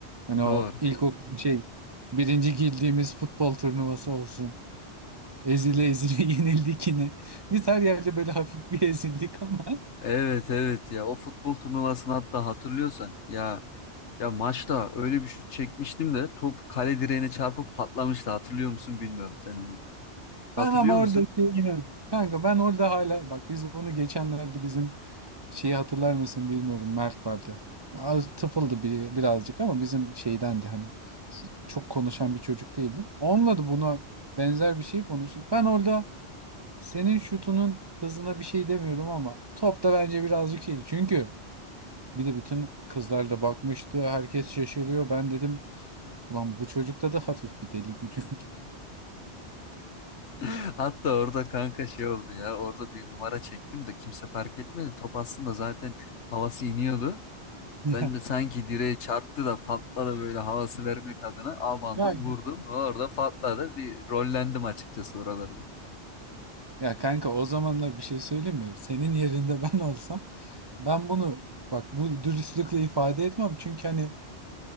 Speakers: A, on the right; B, on the left.
A: Hani o
B: Doğru.
A: ilkokul şey birinci girdiğimiz futbol turnuvası olsun. Ezile ezile <laughs> yenildik yine. Biz her yerde böyle hafif bir ezildik ama
B: Evet evet ya o futbol turnuvasını hatta hatırlıyorsan ya ya maçta öyle bir şut çekmiştim de top kale direğine çarpıp patlamıştı hatırlıyor musun bilmiyorum sen onu. Hatırlıyor
A: ben ama
B: musun?
A: orada şey yine- Kanka ben orada hala bak biz bunu geçenlerde bizim Şeyi hatırlar mısın bilmiyorum Mert vardı. Az tıfıldı bir, birazcık ama bizim şeydendi hani çok konuşan bir çocuk değildim. Onunla da buna benzer bir şey konuştuk. Ben orada senin şutunun hızına bir şey demiyorum ama top da bence birazcık şeydi. Çünkü bir de bütün kızlar da bakmıştı. Herkes şaşırıyor. Ben dedim ulan bu çocukta da hafif bir deli gücü. <laughs>
B: <laughs> Hatta orada kanka şey oldu ya orada bir numara çektim de kimse fark etmedi top aslında zaten havası iniyordu.
A: Ya
B: Ben de sanki direğe çarptı da patladı böyle havası vermek adına abandım
A: Ya
B: vurdum ve orada patladı bir rollendim açıkçası oralarda.
A: Ya kanka o zamanlar bir şey söyleyeyim mi? Senin yerinde <laughs> ben olsam ben bunu bak bu dürüstlükle ifade etmem. Çünkü hani